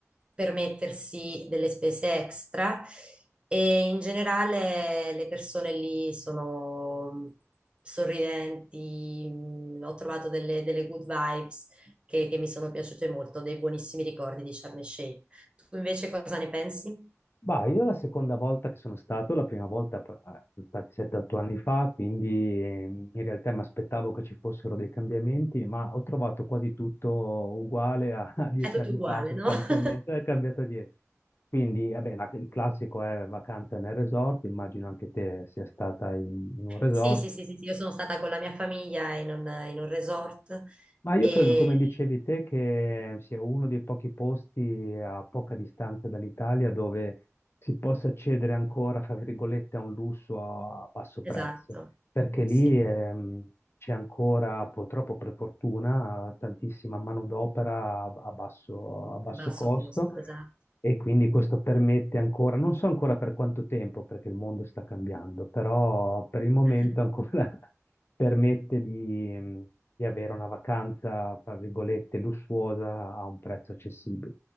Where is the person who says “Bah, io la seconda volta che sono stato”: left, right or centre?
Left